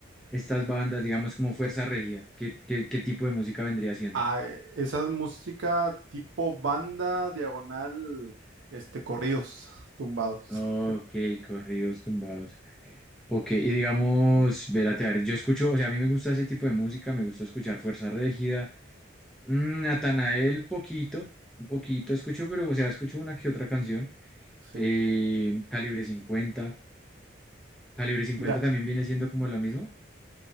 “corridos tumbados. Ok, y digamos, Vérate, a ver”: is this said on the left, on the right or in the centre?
Centre